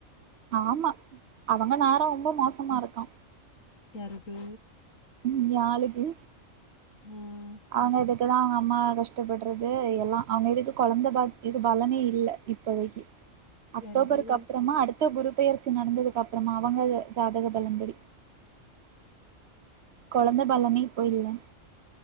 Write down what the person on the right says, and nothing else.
ஆமா அவங்க நேரோ ரொம்ப மோசமா இருக்கா
உம் ஏ ஆளுக்கு
அவங்க இதுக்குதா அவங்கம்மா கஷ்டப்பட்றது எல்லா அவங்க இதுக்கு கொழந்த பாக் இது பலனே இல்ல இப்பொதைக்கி அக்டோபருக்கப்றமா
அடுத்த குருபெயர்ச்சி நடந்ததுக்கப்பறமா அவங்க ஜாதக பலன்படி கொழந்த பலனே இப்போ இல்ல